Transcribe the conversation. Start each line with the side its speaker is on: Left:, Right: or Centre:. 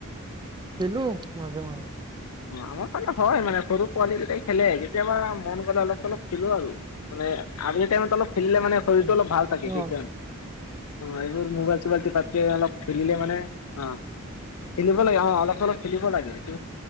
Right: খেলু মাজে মাজে।
Left: অঁ। আমাৰ ফালে হয় মানে সৰু পোৱালি কেইটাই খেলে, কেতিয়াবা মন গ'লে ওলপ চলপ খেলু আৰু। মানে আবেলি টাইমত ওলপ খেলিলে মানে শৰীৰ
Right: অ
Left: টো ওলপ ভাল থাকে
Right: অ
Left: সেইকাৰণে, অঁ এইবোৰ মবাইল <unintelligible> তে অলপ খেলিলে মানে, অ খেলিব লাগে অ ওলপ চলপ খেলিব লাগে। ইতো